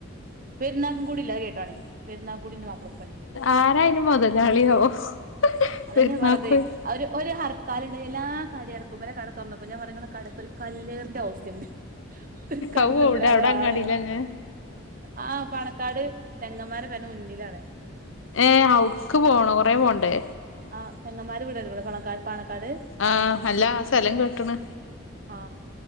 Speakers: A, on the right (about 40°); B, on the left (about 65°).
A: പെരുന്നാും കൂടി അയ് ഇല്ല കേട്ടാണി പെരുന്നാ കൂടി ഇന്റെ മാപ്പിള പെരുന്നാളും പ്പണിയ
B: ആരാ അയിന് മൊതലാളിയാവോ
A: അതന്നെ
B: പെരുന്നാക്കോയ്
A: വെറുതെ ഒരു ഹർ താലുണ്ട് എല്ലാ കടക്കുംപല കട തുറന്നോക്കും ഞാൻ പറഞ്ഞ കടക്ക ഒരു കല്ലേറിടെ ഓസ്ഥുണ്ട് ഒരു കല്ല്
B: അവു
A: എന്തിനാ
B: എവിടെ അവിടെ
A: ഓരാള്
B: അങ്ങാടിയിലന്നെ
A: എർ ആ പാണക്കാട് തങ്ങന്മാരെ പെരന്റെ മുന്നിലാണ്
B: ഏ അവിടക്ക് പോണോ കൊറേ പോണ്ടേ
A: ആ തങ്ങൻമാരെ വീട് കണ്ട ക്ക്ണോ പാ ണക്കാട് പാണക്കാട്
B: ആഹ് അല്ല ആ സ്ഥലം കേട്ട്ണ്
A: ആ